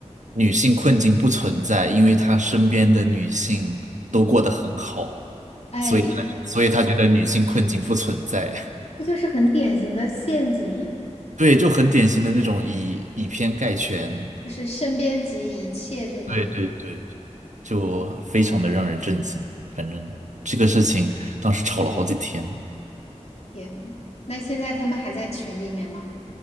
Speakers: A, on the right; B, on the left.
A: 女性困境不存在，因为他身边的女性都过得很好，
B: 哎，
A: 所以他所以他觉得女性困境不存在。
B: 这这就是很典型的陷阱，
A: <laughs> 对，就很典型的那种以以偏概全。
B: 就是身边及一切这种。
A: 对对对，就非常的让人震惊。反正这个事情当时吵了好几天，
B: 天，那现在他们还在群里面吗？